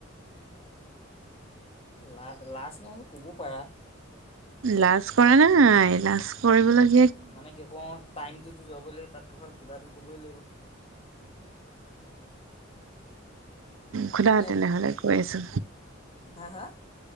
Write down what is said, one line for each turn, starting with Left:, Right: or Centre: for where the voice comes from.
Left: লা লাজ নহয়ও ক'ব পাৰা।
Right: লাজ কৰা নাই লাজ কৰিবলৈ
Left: মানে কি কওঁ টাইমটোত যাবই লাগিব তাতকো ভাল কিবা এটা ক'বই লাগিব।
Right: সুধা
Left: এনে
Right: তেনেহ'লে কৈ আছো।
Left: হা হা